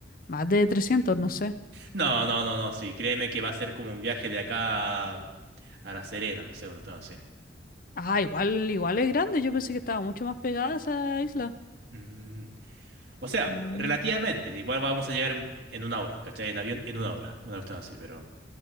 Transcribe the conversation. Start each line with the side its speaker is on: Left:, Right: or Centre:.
Left: más de 300, no sé.
Right: No, no, no, no, sí, créeme que va a ser como un viaje de acá a, a La Serena, no sé, una tema así.
Left: Ah, igual, igual es grande, yo pensé que estaba mucho más pegada esa isla.
Right: Mm, O sea,
Left: Mm,
Right: relativamente. Igual vamos a llegar en, en una hora, ¿cachai? En avión, en una hora. Una cuestión así, pero.